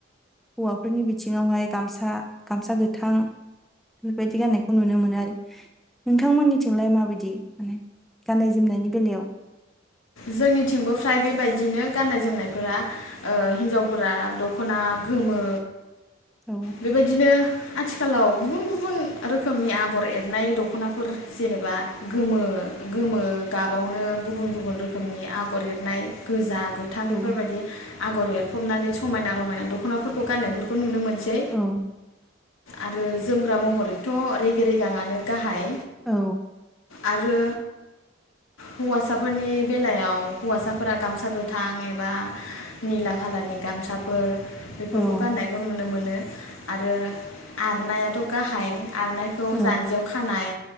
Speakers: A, in the centre; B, on the left (about 85°).
A: हौवाफोरनि बिथिङावहाय गामसा सा गामसा गोथां बेबायदि गाननायखौ नुनो मोनो आरो। नोंथांमोननिथिंलाय माबायदि माने गाननाय जोमनायनि बेलायाव?
B: जोंनिथिंबो फ्राय बेबायदिनो गाननाय जोमनायफोरा ओ हिनजावफोरा दखना गोमो
A: औ
B: बेबायदिनो आथिखालाव गुबुन गुबुन रोखोमनि आगर एरनाय दखनाफोर जेनेबा गोमो गोमो गाबावनो गुबुन गुबुन रो खोमनि आगर एरनाय गोजा गोथां बेफोरबायदि
A: औ
B: आगर एर हमनानै समायना रमायना दखनाफोरखौ गाननायफोरखौ नुनो मोन सै।
A: औ
B: आरो जोमग्रा महरैथ रेगे रेगांआनो गाहाय।
A: औ
B: आरो हौवासाफोरनि बेलायाव हौवासाफोरा गामसा गोथां एबा निला खालारनि गामसाफोर बेफोरखौ
A: औ
B: गाननायखौ नुनो मोनो। आरो आरनायाथ गाहाय। आरनायखौ
A: औ
B: जान्जियाव खानाय